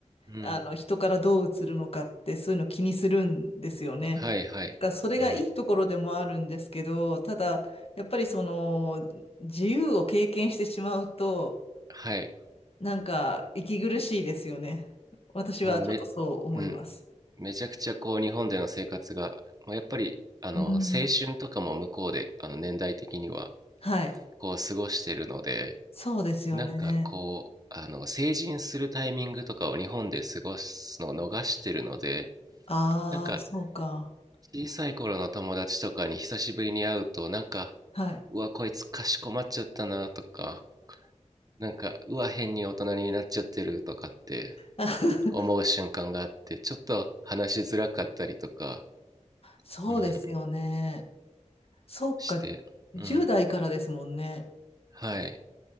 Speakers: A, on the right; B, on the left.
A: うん
B: あの人からどう映るのかってそういうの気にするんですよね。
A: はいはいうん
B: だからそれがいいところでもあるんですけどただやっぱりその自由を経験してしまうと
A: はい
B: なんか息苦しいですよね。私はちょっとそう思います。
A: もうめうんめちゃくちゃこう日本での生活が、まあ、やっぱりあの青春とかも向こうであの年代的には
B: うん、はい、
A: こう過ごしてるので
B: そうですよね。
A: なんかこうあの成人するタイミングとかを日本で過ごすのを逃してるので
B: ああ、
A: なんか
B: そうか。
A: 小さい頃の友達とかに久しぶりに会うと、なんか、
B: はい。
A: うわ、こいつかしこまっちゃったなとか、なんか、うわ、変に大人になっちゃってるとかって
B: <laughs>
A: 思う瞬間があって、ちょっと話しづらかったりとか、
B: そうですよね。
A: うん、
B: そうか。
A: して、
B: 10代からですもんね。
A: うん。はい。